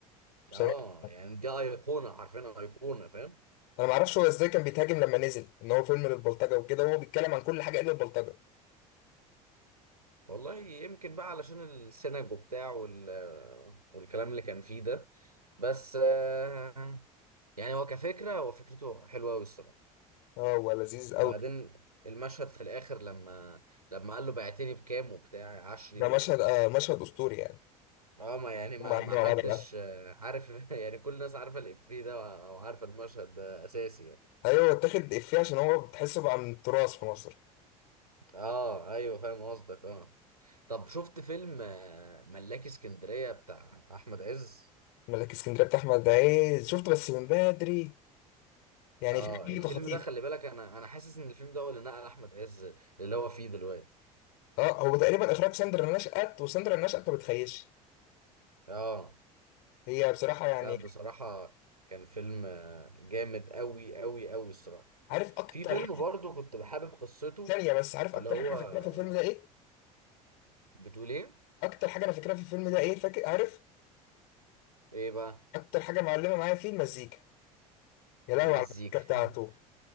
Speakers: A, on the left (about 55°); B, on the right (about 85°).
A: بصراحه
B: اه يعني دي ايقونه حرفيا ايقونه فاهم
A: انا ما اعرفش هو ازاي كان بيتهاجم لما نزل ان هو فيلم للبلطجه وكده وهو بيتكلم عن كل حاجه الا البلطجه
B: والله يمكن بقى علشان السينجو بتاع وال... آه، والكلام اللي كان فيه ده بس آه، يعني هو كفكره هو فكرته حلوه قوي الصراحه
A: اه هو لذيذ قوي
B: وبعدين المشهد في الاخر لما لما قال له بعتني بكام وبتاع عشري
A: ده
B: و...
A: مشهد آه مشهد اسطوري يعني
B: اه ما يعني ما
A: هم قاعدين
B: ما حدش
A: مع بعض بقى
B: آه، عارف <laughs> يعني كل الناس عارفه الافيه ده او عارفه المشهد ده اساسي يعني
A: ايوه اتاخد افيه عشان هو بتحسه بقى من التراث في مصر
B: اه ايوه فاهم قصدك اه طب شفت فيلم آه، ملاكي اسكندريه بتاع احمد عز
A: ملك اسكندريه بتاع احمد عز شفته بس من بدري يعني
B: اه
A: في حاجه
B: الفيلم
A: خطيف
B: ده خلي بالك انا انا حاسس ان الفيلم ده هو اللي نقل احمد عز اللي هو فيه دلوقتي
A: اه هو تقريبا اخراج ساندرا نشأت وساندرا نشأت ما بتخيش
B: اه
A: هي بصراحه يعني
B: لا بصراحه كان فيلم آه، جامد قوي قوي قوي الصراحه
A: عارف اكتر
B: في فيلم
A: حاجه
B: برضو كنت بحابب قصته
A: ثانيه بس عارف
B: اللي
A: اكتر
B: هو
A: حاجه انا
B: آه،
A: فاكرها في الفيلم ده ايه
B: بتقول ايه
A: اكتر حاجه انا فاكرها في الفيلم ده ايه فاكر عارف
B: ايه بقى
A: اكتر حاجه معلمه معايا فيه المزيكا يا لهوي
B: المزيكا
A: على المزيكا بتاعته
B: <laughs>